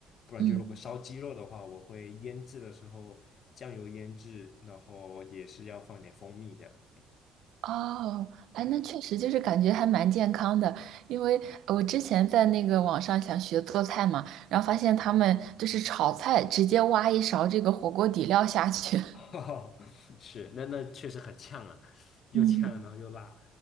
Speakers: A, on the left; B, on the right.
A: 不然就如果烧鸡肉的话，
B: 嗯。
A: 我会腌制的时候酱油腌制，然后也是要放点蜂蜜这样。
B: 哦，哎，
A: 对，
B: 那确实就是感觉还蛮健康的，因为呃我之前在那个网上想学做菜嘛，然后发现他们就是炒菜，直接挖一勺这个火锅底料下去，
A: <laughs> 是，那那确实很呛啊，
B: <laughs>
A: 又呛然后又辣，
B: 嗯，